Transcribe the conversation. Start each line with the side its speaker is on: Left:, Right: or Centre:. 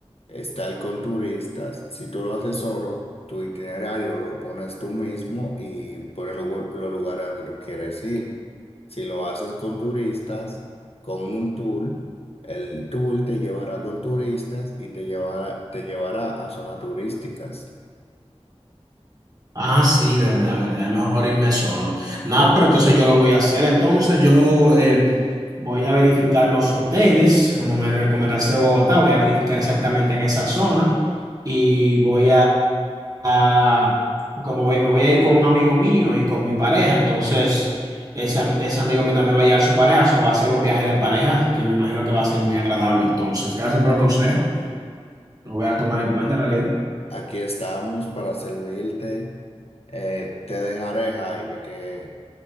Left: estar con turistas. Si tú lo haces solo, tu itinerario lo pones tú mismo y pones los lu- los lugares a donde tú quieres ir. Si lo haces con turistas, con un tour, el tour te llevará con turistas y te llevará, te llevará a zonas turísticas.
Right: Ah, sí, verdad, verdad. Es mejor irme solo. Nada, pero entonces yo lo voy a hacer. Entonces yo eh, voy a verificar los hoteles, como me recomendaste Bogotá, voy a verificar exactamente en esa zona y voy a, a- como voy, me voy a ir con un amigo mío y con mi pareja. Entonces ese, am- ese amigo mío también va a llevar su pareja, o va a ser un viaje de pareja, así que me imagino que va a ser muy agradable. Entonces, gracias por el consejo. Lo voy a tomar en cuenta en realidad.
Left: Aquí estamos para servirte. Eh, te dejaré, Javi, que...